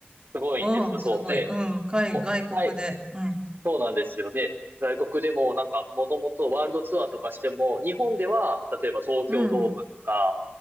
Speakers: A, on the right; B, on the right.
A: すごいんですよ。
B: ああ、
A: そう。
B: すごい。
A: で、
B: うん、海、
A: もう、
B: 外国で。
A: はい、
B: うん、
A: そうなんですよ。で、外国でもなんかもともとワールドツアーとかしても、日本では例えば東京ドームとか、
B: うん、